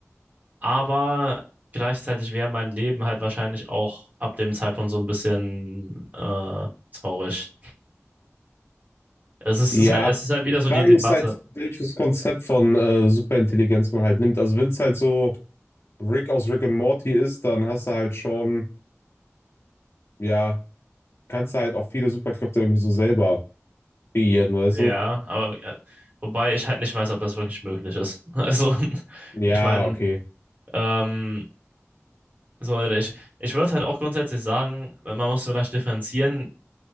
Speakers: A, on the right; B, on the left.
A: aber gleichzeitig wäre mein Leben halt wahrscheinlich auch ab dem Zeitpunkt so ein bisschen äh, traurig. Es ist,
B: Ja.
A: es ist halt, es ist halt wieder
B: Die Frage
A: so die Debatte.
B: ist halt, welches Konzept von äh, Superintelligenz man halt nimmt. Also wenn es halt so Rick aus Rick and Morty ist, dann hast du halt schon, ja, kannst du halt auch viele Superkräfte irgendwie so selber kreieren, weißt
A: Ja,
B: du?
A: aber äh, wobei ich halt nicht weiß, ob das wirklich möglich ist. <laughs> Also
B: Ja,
A: ich meine,
B: okay.
A: ähm, so ich, ich würde halt auch grundsätzlich sagen, man muss vielleicht differenzieren,